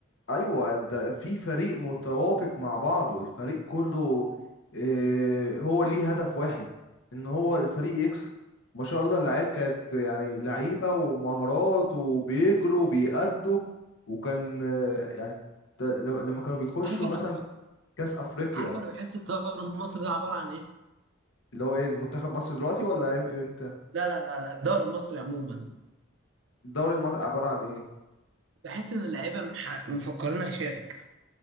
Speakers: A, on the left (about 70°); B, on the right (about 65°).
A: ايوه انت في فريق متوافق مع بعضه الفريق كله اه هو ليه هدف واحد ان هو الفريق يكسب ما شاء الله العيال كانت يعني لعيبة ومهارات وبيجروا وبيأدوا وكان اه يعني ت- لما لما كانوا بيخشوا
B: عارف انا
A: مثلا كأس أفريقيا
B: عارف انا بحس الدوري المصري ده عباره عن ايه
A: اللي هو ايه المنتخب مصر دلوقتي ولا ام- امتى
B: لا لا لا لا الدوري المصري عموما
A: الدوري المصري عبارة عن ايه
B: بحس ان اللعيبه مح- مفكرينها شركه